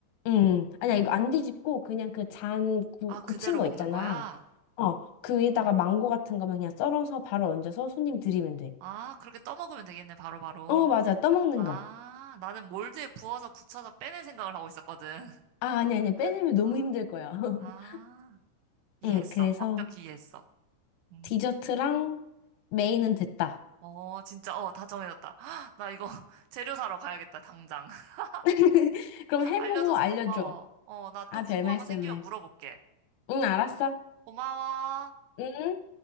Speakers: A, on the left; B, on the right.
A: 음, 아니야, 이거 안 뒤집고 그냥 그 잔
B: 아, 그대로
A: 굳힌 거
B: 먹는
A: 있잖아.
B: 거야?
A: 어, 그 위에다가
B: 아,
A: 망고 같은 거면 그냥 썰어서 바로 얹어서 손님 드리면 돼.
B: 아, 그렇게 떠먹으면 되겠네, 바로바로.
A: 어, 맞아. 떠먹는
B: 아,
A: 거.
B: 나는 몰드에 부어서 굳혀서 빼낼 생각을 하고 있었거든.
A: 아, 아니, 아니, 빼내면
B: <laughs>
A: 너무
B: 아,
A: 힘들 거야. <laughs>
B: 아, 이해했어.
A: 응, 그래서
B: 완벽히 이해했어. 음.
A: 디저트랑 메인은 됐다.
B: 어, 진짜, 어, 다 정해졌다. <gasps> 나 이거 <laughs> 재료 사러 가야겠다, 당장. <laughs>
A: <laughs> 그럼 해보고
B: 알려줘서
A: 알려줘.
B: 고마워. 어, 나
A: 아,
B: 또 궁금한
A: 별 말씀을.
B: 거 생기면 물어볼게.
A: 응, 알았어.
B: 고마워.
A: 응.